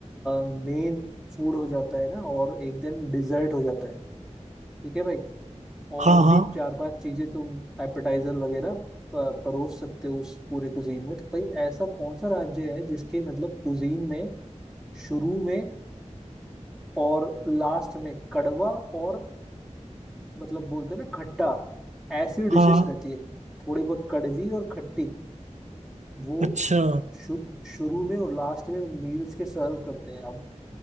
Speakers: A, in the centre; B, on the right (about 70°).
A: मेन फूड हो जाता है ना और एक दिन डिजर्ट हो जाता है ठीक है भाई और
B: हाँ हाँ
A: भी चार पांच चीजें तुम एपेटाइजर वगैरह प- परोस सकते हो उस पूरे कुजीन में तो भाई ऐसा कौन सा राज्य है जिसके मतलब कुजीन में शुरू में और लास्ट में कड़वा और मतलब बोलते हैं ना खट्टा ऐसी डिशेस
B: हाँ
A: रहती है थोड़ी बहुत कड़वी और खट्टी वो
B: अच्छा
A: शुरू शुरू में और लास्ट में उन मील्स के सर्व करते हैं अब